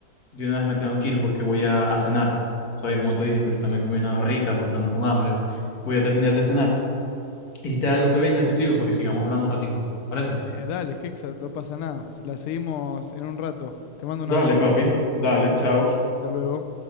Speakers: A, on the left; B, on the left.
A: De una vez me tengo que ir porque voy a, a cenar. ¿Sabes? Como te dije, que ahorita me comí una barrita porque ando con hambre. Voy a terminar de cenar. Y si te da lo que venga, te escribo para que sigamos hablando un ratito. ¿Te parece?
B: Eh, dale, Hexa, no pasa nada. La seguimos en un rato. Te mando
A: Dale,
B: un abrazo.
A: papi. Dale, chao.
B: Hasta luego.